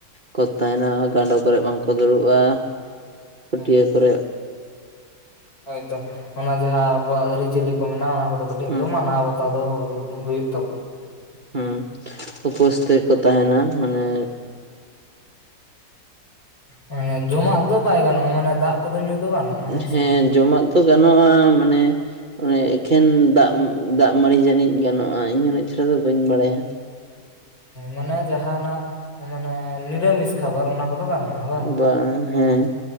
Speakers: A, on the right (about 30°); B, on the left (about 50°).
A: ᱠᱚ ᱛᱟᱦᱮᱱᱟ ᱜᱟᱸᱰᱳ ᱠᱚᱨᱮ ᱵᱟᱝ ᱠᱚ ᱫᱩᱲᱩᱵᱼᱟ ᱯᱟᱹᱴᱭᱟᱹ
B: ᱦᱮᱸ
A: ᱠᱚᱨᱮ
B: ᱦᱳᱭ ᱛᱚ ᱚᱱᱟ ᱡᱟᱸᱦᱟ ᱟᱵᱚᱣᱟᱜ ᱟᱹᱨᱤ ᱪᱟᱹᱞᱤ ᱠᱚ ᱢᱮᱱᱟᱜᱼᱟ ᱚᱱᱟ ᱠᱚᱫᱚ ᱠᱟᱹᱴᱤᱡ
A: ᱦᱮᱸ
B: ᱫᱚ ᱢᱟᱱᱟᱣ ᱵᱟᱛᱟᱣ ᱫᱚ ᱦᱳᱭᱳᱜ
A: ᱦᱮᱸ ᱩᱯᱟᱹᱥ ᱛᱮ ᱠᱚ ᱛᱟᱦᱮᱱᱟ ᱢᱟᱱᱮ
B: ᱢᱟᱱᱮ ᱡᱚᱢᱟᱜ ᱫᱚ ᱵᱟᱭ ᱜᱟᱱᱚᱜᱼᱟ ᱢᱟᱱᱮ ᱫᱟᱜ ᱠᱚᱫᱚ ᱧᱩ ᱫᱚ ᱜᱟᱱᱚᱜᱼᱟ ᱦᱮᱸᱥᱮ
A: ᱦᱮᱸ ᱡᱚᱢᱟᱜ ᱛᱚ ᱜᱟᱱᱚᱜᱼᱟ ᱢᱟᱱᱮ ᱚᱱᱮ ᱮᱠᱷᱮᱱ ᱫᱟᱜ ᱫᱟᱜ ᱢᱟᱹᱲᱤ ᱡᱟᱹᱱᱤᱡ ᱜᱟᱱᱚᱜᱼᱟ ᱤᱧᱦᱚ ᱩᱱᱟᱹᱝ ᱪᱮᱨᱦᱟ ᱫᱚ ᱵᱟᱹᱧ ᱵᱟᱲᱟᱭᱟ
B: ᱢᱟᱱᱮ ᱡᱟᱦᱟᱱᱟᱜ ᱢᱟᱱᱮ ᱱᱤᱨᱟᱢᱤᱥ ᱠᱷᱟᱵᱟᱨ ᱚᱱᱟ ᱠᱚᱫᱚ ᱜᱟᱱᱚᱜᱼᱟ ᱵᱟᱝ
A: ᱵᱟ ᱦᱮᱸ